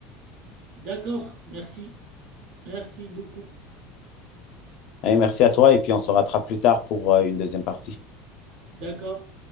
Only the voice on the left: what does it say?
Allez, merci à toi et puis on se rattrape plus tard pour euh, une deuxième partie.